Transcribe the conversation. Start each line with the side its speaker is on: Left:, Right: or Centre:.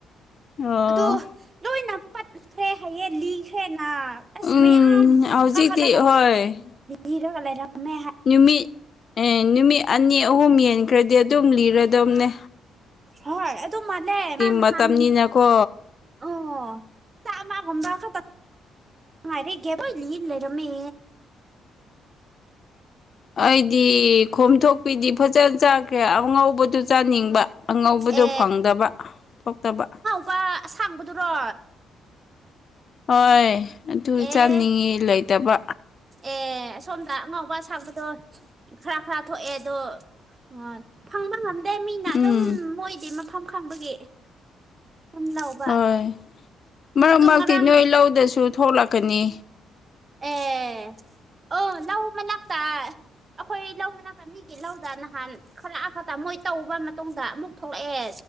Left: ꯑꯣ
Right: ꯑꯗ ꯂꯣꯏꯅ ꯄꯠꯈ꯭ꯔꯦ ꯍꯥꯏꯌꯦꯡ ꯂꯤꯈ꯭ꯔꯦꯅ ꯑꯁ
Left: ꯎꯝ
Right: ꯃꯌꯥꯝ
Left: ꯍꯧꯖꯤꯛꯇꯤ
Right: ꯀꯥꯈꯠꯂꯒꯥ
Left: ꯍꯣꯏ
Right: ꯂꯤꯔꯒ ꯂꯩꯔꯝꯃꯦ ꯍꯥꯏ
Left: ꯅꯨꯃꯤꯠ ꯅꯨꯃꯤꯠ ꯑꯅꯤ ꯑꯍꯨꯝ ꯍꯦꯟꯈ꯭ꯔꯗꯤ ꯑꯗꯨꯝ ꯂꯤꯔꯗꯧꯅꯦ
Right: ꯍꯣꯏ ꯑꯗꯨ ꯃꯥꯜꯂꯦ ꯃꯥ ꯅꯍꯥꯟ
Left: ꯃꯇꯝꯅꯤꯅꯀꯣ
Right: ꯑꯣ ꯆꯥꯝꯃꯥ ꯒꯨꯝꯕ ꯈꯛꯇꯪ ꯉꯔꯦꯒꯦꯕ ꯂꯩꯔꯝꯃꯦ
Left: ꯑꯩꯗꯤ ꯈꯣꯝꯊꯣꯛꯄꯤꯗꯤ ꯐꯖꯅ ꯆꯥꯈ꯭ꯔꯦ ꯑꯉꯧꯕꯗꯨ ꯆꯥꯅꯤꯡꯕ ꯑꯉꯧꯕꯗꯨ
Right: ꯑꯦ
Left: ꯐꯪꯗꯕ ꯊꯣꯛꯇꯕ
Right: ꯄꯥ ꯑꯥꯁꯥꯡꯕꯗꯨꯔꯣ
Left: ꯍꯣꯏ ꯑꯗꯨ
Right: ꯑꯦ
Left: ꯆꯥꯅꯤꯡꯉꯦ ꯂꯩꯇꯕ
Right: ꯑꯦ ꯑꯁꯣꯝꯗ ꯑꯉꯧꯕ ꯑꯁꯥꯡꯕꯗꯣ ꯈꯔ ꯈꯔ ꯊꯣꯛꯑꯦ ꯑꯗꯣ ꯎ ꯐꯪꯕ ꯉꯝꯗꯦ ꯃꯤꯅ ꯑꯗꯨꯝ
Left: ꯎꯝ
Right: ꯃꯣꯏꯗꯤ ꯃꯐꯝ ꯈꯪꯕꯒꯤ ꯑꯗꯨꯝ ꯂꯧꯕ
Left: ꯍꯣꯏ ꯃꯔꯛ
Right: ꯑꯗꯣ
Left: ꯃꯔꯛꯇꯤ
Right: ꯉꯔꯥꯡ
Left: ꯅꯣꯏ ꯂꯧꯗꯁꯨ ꯊꯣꯛꯂꯛꯀꯅꯤ
Right: ꯑꯦ ꯑꯣ ꯂꯧ ꯃꯅꯥꯛꯇ ꯑꯩꯈꯣꯏ ꯂꯧ ꯃꯅꯥꯛꯇ ꯃꯤꯒꯤ ꯂꯧꯗ ꯅꯍꯥꯟ ꯈꯔꯛ ꯈꯛꯇ ꯃꯣꯏ ꯇꯧꯔꯕ ꯃꯇꯨꯡꯗ ꯑꯃꯨꯛ ꯊꯣꯛꯂꯛꯑꯦ